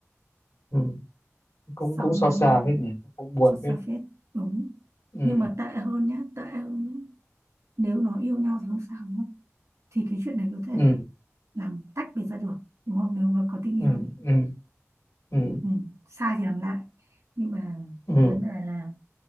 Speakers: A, on the left (about 80°); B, on the right (about 70°).
A: ừ cũng
B: xong
A: cũng xót xa phết nhỉ cũng buồn
B: xót
A: phết
B: xa phết đúng
A: ừ
B: nhưng mà tệ hơn nhá tệ hơn nhá nếu nó yêu nhau thì không sao đúng không thì cái chuyện này có thể
A: ừ
B: làm tách biệt ra được đúng không nếu mà có tình
A: ừ
B: yêu
A: ừ ừ
B: ừ. sai thì làm lại nhưng mà
A: ừ
B: cái vấn đề là